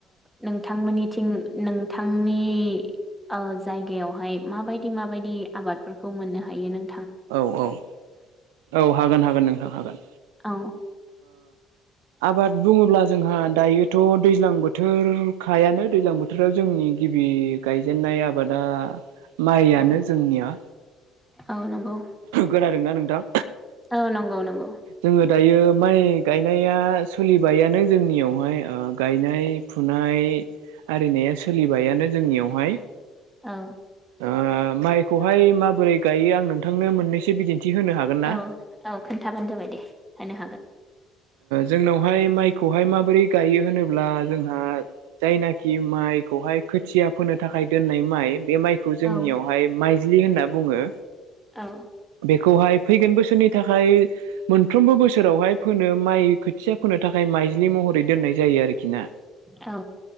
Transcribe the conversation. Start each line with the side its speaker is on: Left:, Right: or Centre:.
Centre: नोंथांमोननिथिं नोंथांनि ओ जायगायावहाय माबायदि माबायदि आबादफोरखौ मोननो हायो नों
Right: औ-औ-औ हागोन हागोन नोंथां हागोन
Centre: औ
Right: आबाद बुङोब्ला जोंहा दायोथ' दैज्लां बोथोरखायानो दैज्लां बोथोराव जोंनि नि गिबि गायजेननाय आबादा माइआनो
Centre: औ
Right: जोंनिया
Centre: औ नंगौ
Right: खोनादोंना नोंथां
Centre: औ नंगौ नंगौ
Right: जोङो दायो माइ गायनाया सोलिबायानो जोंनियावहाय गायनाय फुनाय आरिनाया सोलिबायानो जोंनियावहाय
Centre: औ
Right: आ माइखौ बेवहाय माबोरै गायो आं नोंथांनो मोननैसो बिदिन्थि होनो हागोनना
Centre: औ औ खोन्थाबानो जाबाय दे होनो हागोन
Right: जोंनावहाय माइखौहाय माबोरै गायो होनोब्ला जोंहा जायनाखि माइ खौहाय खोथिया फोनो थाखाय दोननाय माइ बे माइखौ जोंनियावहाय
Centre: औ
Right: माइज्लि होनना बुङो
Centre: औ
Right: बेखौहाय फैगोन बोसोरनि थाखाय मोनफ्रोमबो बोसोरावहाय फोनो माइ खो थिया फोनो थाखाय माइज्लि महरै दोननाय जायो आरोखि ना।
Centre: औ